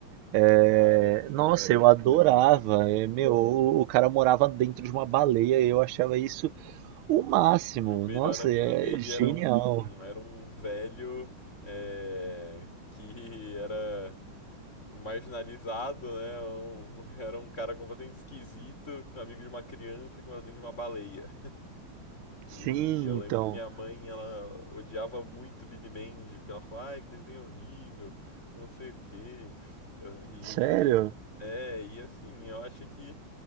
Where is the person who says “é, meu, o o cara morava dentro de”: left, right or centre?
Right